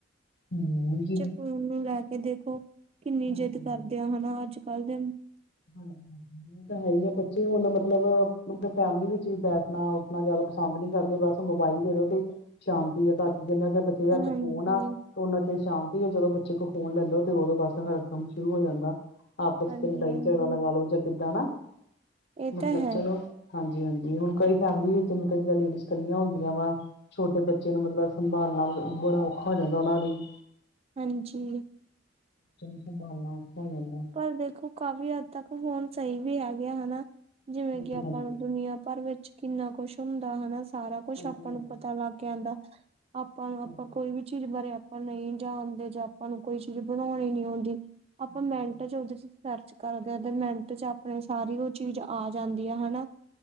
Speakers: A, on the left (about 65°); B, on the right (about 35°).
A: ਹੂੰ।
B: ਉਹ ਨੂੰ ਲੈ ਕੇ ਦੇਖੋ ਕਿੰਨੀ
A: ਹਾਂਜੀ,
B: ਜਿੱਦ ਕਰਦੇ ਆ ਹਨਾ ਅੱਜ ਕੱਲ ਦੇ
A: ਹਾਂਜੀ ਹਾਂਜੀ ਇਹ ਤਾਂ ਹੈ ਹੀ ਹੈ ਬੱਚੇ ਹੁਣ ਮਤਲਬ ਫੈਮਿਲੀ ਵਿੱਚ ਵੀ ਬੈਠਣਾ ਉੱਠਣਾ ਜ਼ਿਆਦਾ ਪਸੰਦ ਨੀ ਕਰਦੇ ਬਸ ਮੋਬਾਈਲ ਦੇ ਦੋ ਤੇ ਸ਼ਾਂਤੀ ਆ ਘਰ ਜਿੰਨਾ ਕਿ
B: ਹਾਂਜੀ
A: ਅੱਜ ਫੋਨ ਆ ਤੇ ਉਹਨਾ ਚਿਰ ਸ਼ਾਂਤੀ ਆ ਜਦੋਂ ਬੱਚੇ ਕੋਲ ਫੋਨ ਲੈਲੋ ਤੇ ਉਦੋਂ ਬਸ ਹੜ ਕੰਮ ਸ਼ੁਰੂ ਹੋ ਜਾਂਦਾ ਆਪਸ
B: ਹਾਂਜੀ-ਹਾਂਜੀ
A: ਤੇ ਲੜਾਈ ਚ ਲੋ ਜਾਂ ਕਿੱਦਾਂ ਨਾ
B: ਇਹ
A: ਮਤਲਬ
B: ਤਾਂ ਹੈ
A: ਚਲੋ ਹਾਂਜੀ ਹਾਂਜੀ ਹੁਣ ਕਈ ਫੈਮਿਲੀ ਵਿੱਚ ਮਤਲਬ ਜਿਦਾਂ ਲੇਡੀਜ਼ ਇਕੱਲੀਆਂ ਹੁੰਦੀਆਂ ਵਾ ਛੋਟੇ ਬੱਚੇ ਨੂੰ ਮਤਲਬ ਸੰਭਾਲਣਾ ਮਤਲਬ ਉਹ ਬੜਾ ਔਖਾ ਹੋ ਜਾਂਦਾ ਉਹਨਾਂ ਲਈ
B: ਹਾਂਜੀ
A: ਸੰਭਾਲਣਾ ਔਖਾ ਹੋ ਜਾਂਦਾ
B: ਪਰ ਦੇਖੋ ਕਾਫ਼ੀ ਹੱਦ ਤੱਕ ਹੁਣ ਸਹੀ ਵੀ ਹੈ ਗਿਆ ਹਨਾ ਜਿਵੇਂ
A: ਹਾਂਜੀ-ਹਾਂਜੀ
B: ਕਿ ਆਪਾਂ ਨੂੰ ਦੁਨੀਆਂ ਭਰ ਵਿੱਚ ਕਿੰਨਾ ਕੁਛ ਹੁੰਦਾ ਹਨ ਸਾਰਾ ਕੁੱਛ
A: ਹਾਂਜੀ
B: ਆਪਾਂ
A: ਹਾਂਜੀ
B: ਨੂੰ ਪਤਾ ਲੱਗ ਜਾਂਦਾ ਆਪਾਂ ਨੂੰ ਆਪਾਂ
A: ਹਾਂਜੀ
B: ਕੋਈ ਵੀ ਚੀਜ਼ ਬਾਰੇ ਆਪਾਂ ਨਹੀਂ ਜਾਣਦੇ ਜਾਂ ਆਪਾਂ ਨੂੰ ਕੋਈ ਚਿਜ਼ ਬਣਾਉਣੀ ਨੀ ਆਉਂਦੀ ਆਪਾਂ
A: ਹਾਂਜੀ
B: ਮ ਚਲਦੇਦੀ <unintelligible> ਸਰਚ ਕਰਦੇ ਹ ਤੇ ਮਿੰਟ ਚ ਆਪਣੇ ਸਾਰੀ ਉਹ ਚੀਜ਼ ਆ ਜਾਂਦੀ ਆ ਹਨਾ